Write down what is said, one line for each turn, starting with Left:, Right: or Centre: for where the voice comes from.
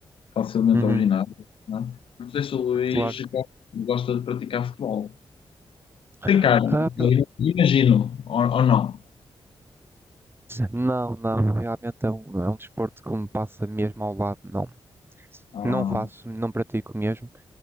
Left: facilmente
Right: Uhum.
Left: ao ginásio. Não, é? Não sei se o Luís
Right: Claro.
Left: go- gosta de praticar futebol. Tem
Right: Ah,
Left: cara, não
Right: pro-
Left: sei, imagino, ou, ou não.
Right: não, não, realmente é um, é um desporto que me passa mesmo ao lado, não.
Left: Ah,
Right: Não faço, não pratico mesmo.